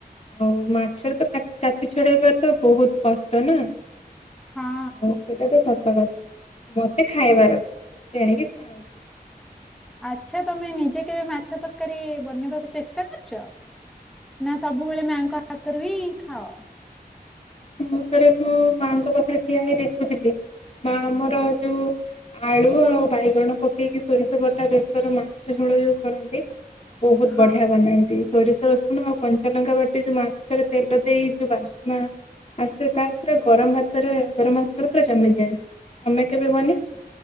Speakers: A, on the left (about 45°); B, in the centre.
A: ଆଉ ମାଛରେ ତ କାଟି ଛଡେଇବାର ତ ବହୁତ କଷ୍ଟ ନା। ଆଉ
B: ହଁ।
A: ସେଟା ତ ସତ କଥା। ମତେ ଖାଇବାର ଅଛି ତଣିକି <unintelligible>
B: ଆଚ୍ଛା ତମେ ନିଜେ କେବେ ମାଛ ତରକାରୀ ବନେଇବାକୁ ଚେଷ୍ଟା କରିଚ? ନା ସବୁବେଳେ ମାଆଙ୍କ ହାତରୁ ହିଁ ଖାଅ?
A: ମୁଁ ଥରେ ମୁଁ ମାଙ୍କ ପାଖରେ ଠିଆ ହେଇ ଦେଖୁଥିଲି ମା ଆମର ଯୋଉ ଆଳୁ ଆଉ ବାଇଗଣ ପକେଇକି ସୋରିଷ ବଟା ବେଶର ମାଛ ଝୋଳ ଯୋଉ କରନ୍ତି? ବହୁତ
B: ହଁ
A: ବଢିଆ ବନାନ୍ତି। ସୋରିଷ ରଶୁଣ ଆଉ କଞ୍ଚାଲଙ୍କା ବାଟି ଯୋଉ ମାଛରେ ତେଲ ଦେଇ ଯୋଉ ବାସ୍ନା ଆସ ତା ଉପରେ ଗରମ ଭାତରେ ଗରମ ଭାତ ରେ ପୁରା ଜମିଯାଏ ତମେ କେବେ ବନେଇଚ?